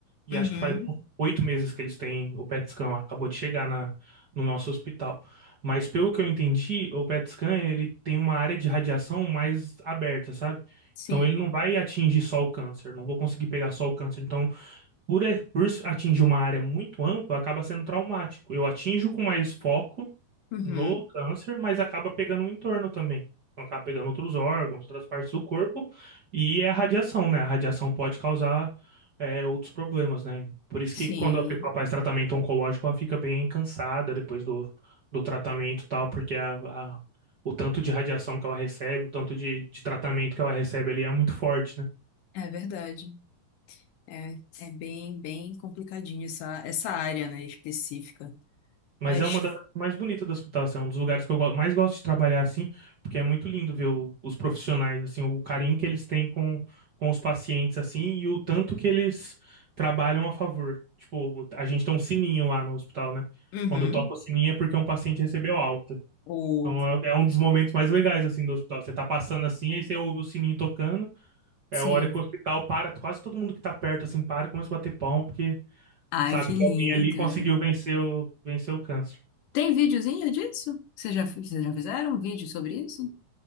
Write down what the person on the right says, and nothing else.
e
acho que faz uns oito meses que eles têm o PET scan, acabou de chegar na, no nosso hospital. Mas pelo que eu entendi, o PET scan ele tem uma área de radiação mais aberta, sabe?
Então ele não vai atingir só o câncer, não vou conseguir pegar só o câncer. Então por, a- por atingir uma área muito ampla, acaba sendo traumático. Eu atinjo com mais foco
no câncer, mas acaba pegando o entorno também. Então, acaba pegando outros órgãos, outras partes do corpo, e é a radiação, né? A radiação pode causar é, outros problemas, né? Por isso
que quando a pessoa faz tratamento oncológico, ela fica bem cansada depois do, do tratamento e tal, porque a, a- o tanto de radiação que ela recebe, o tanto de, de tratamento que ela recebe ali é muito forte, né?
Mas
é uma das áreas mais bonitas do hospital, assim, é um dos lugares que eu go- mais gosto de trabalhar, assim, porque é muito lindo ver o- os profissionais, assim, o carinho que eles têm com, com os pacientes, assim, e o tanto que eles trabalham a favor. Tipo, a gente tem um sininho lá no hospital, né?
Quando toca o sininho é porque um paciente recebeu alta.
Então é, é um dos momentos mais legais, assim, do hospital. Você tá passando assim, aí você ouve o sininho tocando, é
a hora que o hospital para, quase todo mundo que tá perto, assim, para e começa a bater palma, porque
sabe
que
alguém ali
conseguiu vencer o, vencer o câncer.